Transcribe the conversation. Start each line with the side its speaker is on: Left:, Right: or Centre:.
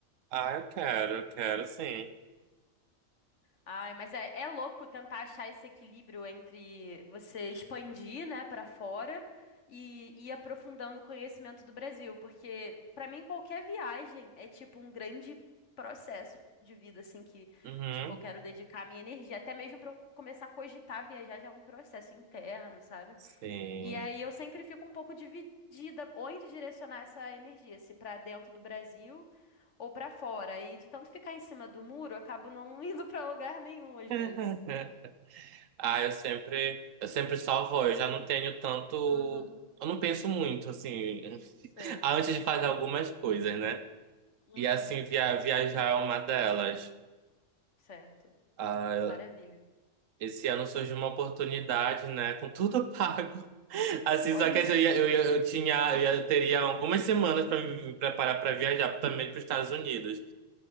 Right: Ah, eu quero, eu quero, sim.
Left: Ai, mas é, é louco tentar achar esse equilíbrio entre você expandir, né, para fora e ir aprofundando o conhecimento do Brasil, porque pra mim qualquer viagem é tipo um grande processo de vida, assim, que,
Right: Uhum,
Left: tipo, eu quero dedicar minha energia, até mesmo pra eu começar a cogitar viajar já é um processo interno, sabe?
Right: sim.
Left: E aí eu sempre fico um pouco dividida onde direcionar essa energia, se para dentro do Brasil ou para fora. E de tanto ficar em cima do muro, eu acabo não <laughs> indo para lugar nenhum às
Right: <laughs>
Left: vezes.
Right: Ah, eu sempre, eu sempre só vou, eu já não tenho tanto,
Left: Uhum,
Right: eu não penso muito, assim,
Left: sei.
Right: <laughs> antes de fazer algumas coisas, né?
Left: Uhum,
Right: E assim, via, viajar é uma delas.
Left: certo.
Right: Ah,
Left: Maravilha.
Right: Esse ano surgiu uma oportunidade, né? Com tudo pago. <laughs> Assim,
Left: Olha.
Right: só que eu ia, eu ia- eu tinha, eu ia- eu teria algumas semanas para me preparar para viajar também para os Estados Unidos.